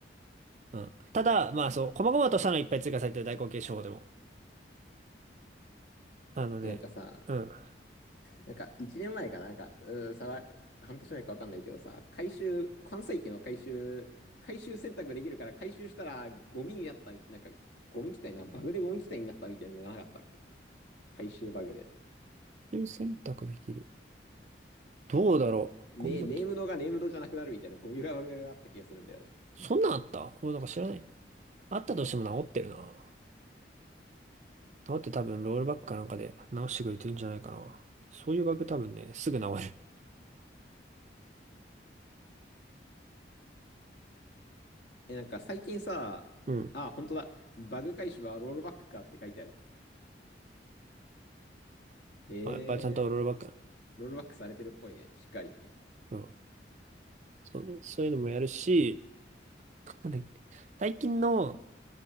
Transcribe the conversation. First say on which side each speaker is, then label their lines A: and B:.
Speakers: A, on the right (about 40°); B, on the left (about 70°).
A: うん。ただ、まあそう、細々としたのいっぱい追加されてる代行形手法でも。あのね、
B: え、なんかさ、
A: うん。途
B: なんか、一年前かな、なんか、うー、さわ、半年前かわかんないけどさ、回収、関西機の回収、回収選択できるから、回収したら、ゴミになったみ、なんか、ゴミ機体な、バグでゴミ機体になったみたいなのがなかったっけ回収バグで。
A: 中選択できる。どうだろう。
B: ね、
A: コンボと
B: ネームドがネームドじゃなくなるみたいなゴミがあった気がするんだよね。
A: そんなんあった俺なんか知らない。あったとしても治ってるな。治って多分ロールバックかなんかで直してくれてるんじゃないかな。そういうバグ多分ね、すぐ治る。
B: え、なんか最近さ、
A: うん。
B: あ、本当だ。バグ回収はロールバックかって書いてある。へえ、
A: まあ、やっぱりちゃんとロールバックだね。
B: ロールバックされてるっぽいね。しっかり。
A: うん。そう、そういうのもやるし、なんだっけ最近の、